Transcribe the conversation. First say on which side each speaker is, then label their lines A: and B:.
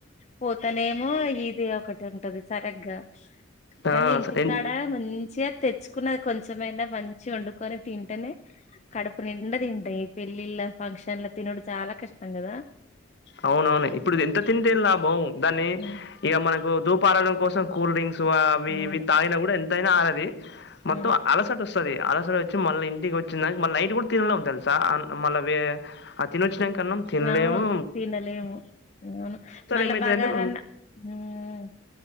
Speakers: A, on the left; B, on the left.
A: పోతానేేమో ఇది అ ఒక తుంటది సరిగ్గా కానీ
B: ఆ
A: ఇంటికాడ
B: సైన్
A: మంచిగా తెచ్చుకున్నది కొం చెం అయిన మంచిగా వండుకొని తింటేనే కడుపు నిండా తింటా ఈ పెళ్లిళ్ళ ఫంక్షన్లో తి నుడు చాలా కష్టం కదా
B: అవునవును ఇప్పుడు ఎంత తింటే ఎం లాభం దాన్ని
A: ఉమ్
B: ఇగ మన దూపారడం కోసం కూల్డ్రింక్స్ సో అవి
A: అవును
B: ఇవి తాగిన కూడా ఎంతైనా ఆగది మొత్తం
A: అవును
B: అలసట వ స్తది అలసట వచ్చి మళ్ళి ఇంటికి వచ్చినక మళ్ళ నైట్ కూడా తినెలేం తెలుసా అ మళ్ళవే ఆ తినొచ్చినం కన్నం తిన్లేము
A: అవును తినలేము అవును మల్లా
B: ఏమైతదంటే
A: బగారన్న ఉహ్మ్